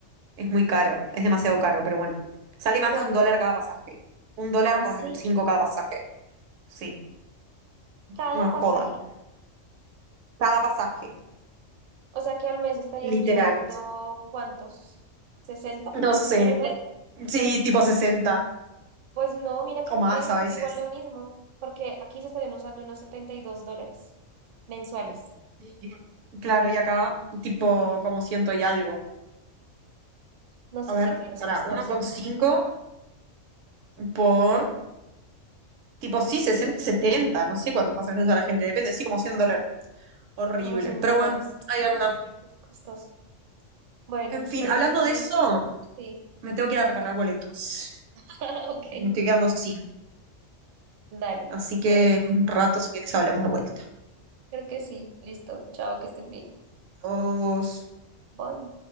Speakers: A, on the right; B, on the right.
A: Es muy caro, es demasiado caro, pero bueno, sale más
B: ¿Cuánto?
A: de un dólar cada pasaje. Un dólar
B: Así
A: con cinco cada pasaje. Sí,
B: cada
A: no
B: pasaje.
A: es joda. Cada pasaje,
B: O sea que al mes estarías
A: literal.
B: usando ¿cuántos? 60.
A: No sé,
B: Bueno, no.
A: sí, tipo 60
B: Pues no, mira que
A: o
B: en
A: más
B: Reino
A: a
B: es
A: veces.
B: igual lo mismo, porque aquí se estarían usando unos 72 dólares mensuales.
A: Sí. Claro, y acá tipo como ciento y algo.
B: No, sí,
A: A
B: sí,
A: ver,
B: claro, es
A: para
B: costoso.
A: uno coma cinco por, tipo, sí, 60 70 no sé cuántos pasajeros a la gente, depende, sí, como 100 dólares. Horrible.
B: Como 100
A: Pero
B: dólares.
A: bueno, ahí anda.
B: Es costoso. Bueno,
A: En
B: esperemos
A: fin, hablando
B: que
A: de eso,
B: sí.
A: me tengo que ir a recargar boletos.
B: <laughs> Ok,
A: Me estoy quedando sin.
B: dale.
A: Así que
B: Bueno,
A: en un rato, si quieres, hablamos de vuelta.
B: creo que sí. Listo. Chao, que estés bien.
A: Adiós.
B: Bye.